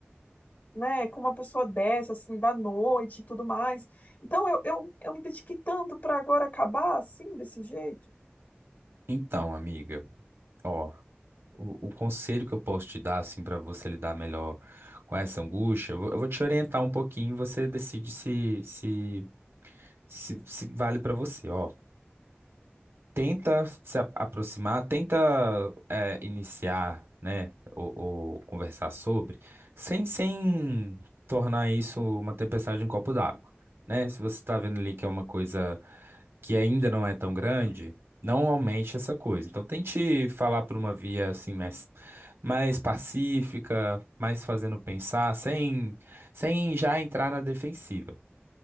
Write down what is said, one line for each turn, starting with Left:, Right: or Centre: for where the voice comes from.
Left: né, com uma pessoa dessa, assim, da noite e tudo mais. Então, eu, eu, eu me dediquei tanto para agora acabar, assim, desse jeito.
Right: Então, amiga, ó. O, o conselho que eu posso te dar, assim, para você lidar melhor com essa angústia, eu vou, eu vou te orientar um pouquinho e você decide se, se, se, se vale para você. Ó, tenta se a- aproximar, tenta é, iniciar, né, ou, ou conversar sobre, sem, sem tornar isso uma tempestade em um copo d'água, né? Se você está vendo ali que é uma coisa que ainda não é tão grande, não aumente essa coisa. Então tente falar por uma via assim mais, mais pacífica, mais fazendo pensar, sem, sem já entrar na defensiva.